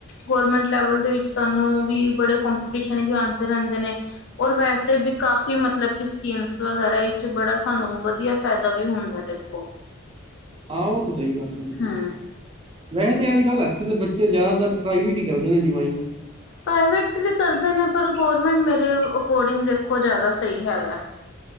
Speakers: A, on the left (about 60°); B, on the right (about 25°).
A: ਗੌਰਮੈਂਟ ਲੈਵਲ ਦੇ ਵਿੱਚ ਤਾਨੂੰ ਵੀ ਬੜੇ ਕੰਪੀਟੀਸ਼ਨ ਵੀ ਆਂਦੇ ਰਹਿੰਦੇ ਨੇ। ਔਰ ਵੈਸੇ ਵੀ ਕਾਫੀ ਮਤਲਬ ਸਕੀਮਸ ਵਗੈਰਾ ਇਚ ਬੜਾ ਸਾਨੂੰ ਵਧੀਆ ਫਾਇਦਾ ਵੀ ਹੁੰਦਾ ਦੇਖੋ।
B: ਆਉ ਤਾਂ ਸਹੀ ਗੱਲ। ਹੈ
A: ਹਾਂ‌।
B: ਜੀ। ਵੈਸੇ ਅੱਜ -ਕੱਲ੍ਹ ਦੇ ਬੱਚੇ ਜ਼ਿਆਦਾਤਰ ਪ੍ਰਾਈਵੇਟ ਹੀ ਕਰਦੇ ਨੇ ਜੁਵਾਈਨ।
A: ਪ੍ਰਾਈਵੇਟ ਵੀ ਕਰਦੇ ਨੇ ਪਰ ਗਰਮੈਂਟ ਮੇਰੇ ਅਕੋਰਡਿੰਗ ਦੇਖੋ ਜ਼ਿਆਦਾ ਸਹੀ ਹੈਗਾ।